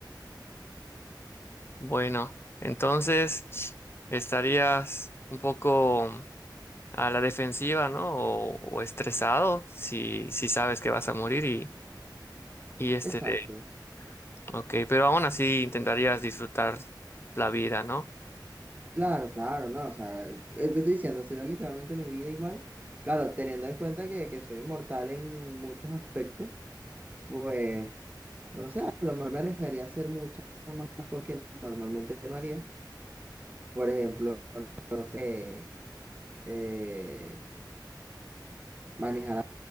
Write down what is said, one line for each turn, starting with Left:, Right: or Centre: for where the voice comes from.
Left: bueno, entonces estarías un poco a la defensiva, ¿no? O, o estresado si, si sabes que vas a morir y, y este
Right: Exacto.
Left: de, ok, pero aún así intentarías disfrutar la vida, ¿no?
Right: Claro, claro, no, o sea, eh, te estoy diciendo, será literalmente mi vida igual. Claro, teniendo en cuenta que, que soy inmortal en muchos aspectos, pues... No sé, a lo mejor me arriesgaría a hacer muchas más más cosas que normalmente no haría. Por ejemplo, no sé, eh, manejar